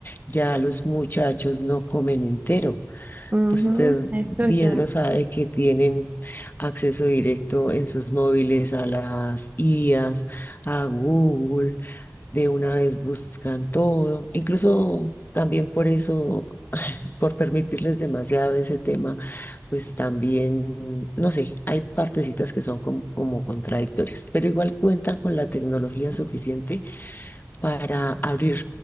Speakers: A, on the left; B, on the right.
A: ya los muchachos no comen entero.
B: Ujú,
A: Usted
B: eso
A: bien
B: ya.
A: lo sabe que tienen acceso directo en sus móviles a las IAs, a Google de una vez buscan todo, incluso también por eso, <laughs> por permitirles demasiado ese tema, pues también, no sé, hay partecitas que son como, como contradictorias, pero igual cuentan con la tecnología suficiente para abrir